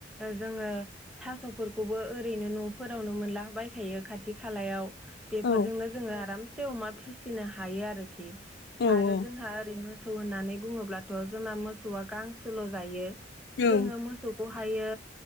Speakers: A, in the centre; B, on the left.
A: जोङो थास'फोरखौबो ओरैनो न'फोरावनो मोनला बायखायो खाथि खालायाव। बेफोरजोंनो
B: औ
A: जोङो आरामसे अमा फिसिनो हायो आरोखि
B: औ
A: आरो
B: औ
A: जोंहा ओरै मो सौ होननानै बुङोब्लाथ' जोंना मोसौआ गांसोल' जायो
B: ओं
A: जोङो मो सौखौहायो